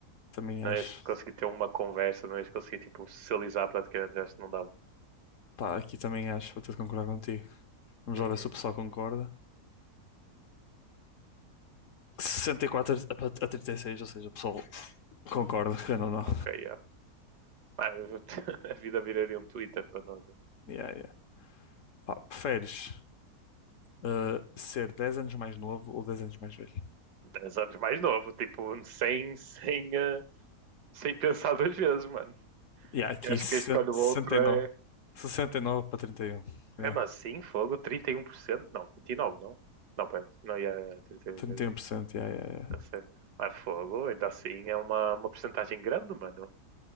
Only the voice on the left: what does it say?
Também
acho.
Pá, aqui também acho, vou ter de concordar contigo. Vamos
lá ver se o pessoal concorda. sessenta e quatro a a 36 ou seja, o pessoal concorda, querendo ou não.
Yeah, yeah. Pá, preferes eh, ser 10 anos mais novo ou 10 anos mais velho?
Yeah, aqui
se-
69.
69 para 31. Yeah.
31%,
yeah, yeah,
yeah.